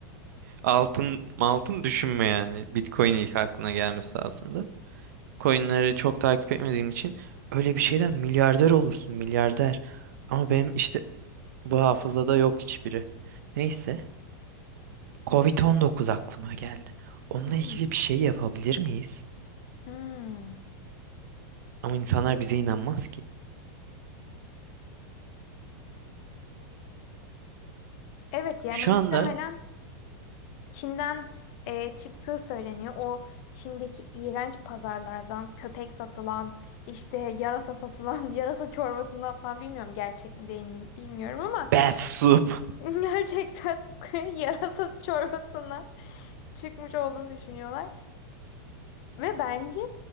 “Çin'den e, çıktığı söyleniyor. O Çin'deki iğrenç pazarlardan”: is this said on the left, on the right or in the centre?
Left